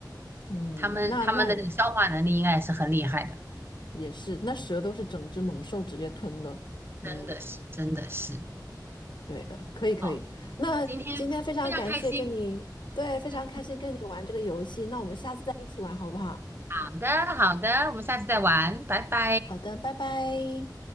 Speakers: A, on the left; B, on the right.
A: 嗯，
B: 他们他们的这个消化能力应该也是很厉害的，
A: 那那也是，那蛇都是整只猛兽直接吞的，
B: 真的是真的是。
A: 嗯，对的，可以可以。
B: 好，
A: 那今天非常感谢跟你，
B: 今天非常开心。
A: 对，非常开心跟你玩这个游戏，
B: 嗯
A: 那我们下次再一起玩好不好？
B: 好的好的，我们下次再玩，拜拜。
A: 好的，拜拜。